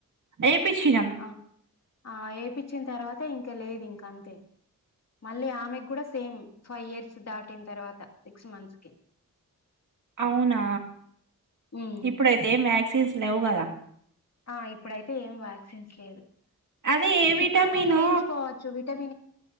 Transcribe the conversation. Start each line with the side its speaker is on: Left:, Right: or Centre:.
Right: ఏపిచ్చినం
Left: ఆ ఆ ఏపీ వచ్చిన తర్వాత ఇం ఇంకా లేదు ఇంక అంతే మళ్ళీ ఆమెక్కుడ సేమ్ ఫైవ్ ఇయర్స్ దాటిన్ తర్వాత సిక్స్ మంత్స్కి
Right: అవునా
Left: ఉమ్
Right: ఇప్పుడైతే మ్యాక్ <unintelligible> లేవుగదా
Left: ఆ ఇప్పుడైతే ఏమి వ్యాక్సిన్స్ లేదు
Right: అదే ఏ విటమిను
Left: చుక్కల మందు వేయించుకోవచ్చు విట <inaudible>